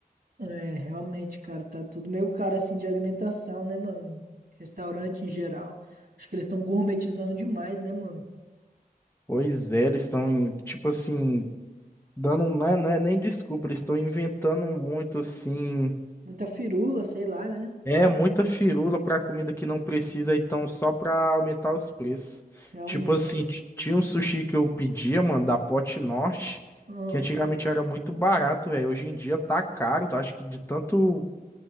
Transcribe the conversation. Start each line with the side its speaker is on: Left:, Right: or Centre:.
Right: É, realmente, cara, tá tudo meio caro assim de alimentação, né, mano? Restaurante em geral. Acho que eles estão gourmetizando demais, né, mano?
Left: Pois é, eles estão, tipo assim, dando, né, né, nem desculpa, eles estão inventando muito, assim,
Right: Muita firula, sei lá, né?
Left: é, muita firula pra comida que não precisa, então, só pra aumentar os preços.
Right: Realmente.
Left: Tipo assim, t- tinha um sushi que eu pedia, mano, da Pote Norte,
Right: Ah,
Left: que antigamente era muito barato, velho, hoje em dia tá caro, eu acho que de tanto o